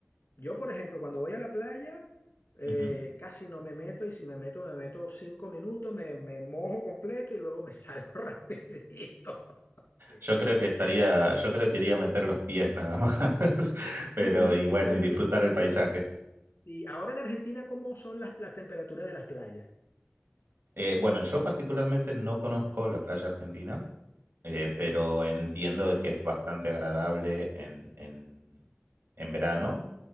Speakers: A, on the left; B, on the right.
A: yo, por ejemplo, cuando voy a la playa, eh,
B: Ujú.
A: casi no me meto y si me meto, me meto cinco minutos, me, me mojo completo y luego me salgo <laughs> rapidito. Sí,
B: Yo creo que estaría, yo creo que iría a meter los pies nada más, <laughs> pero
A: sí,
B: y
A: eh,
B: bueno,
A: sí.
B: y disfrutar el paisaje.
A: Sí, Ahora en Argentina, ¿cómo son las, las temperaturas de las playas?
B: Eh, bueno, yo particularmente no conozco la playa argentina, eh,
A: Ok.
B: pero entiendo de que es bastante agradable en, en, en verano,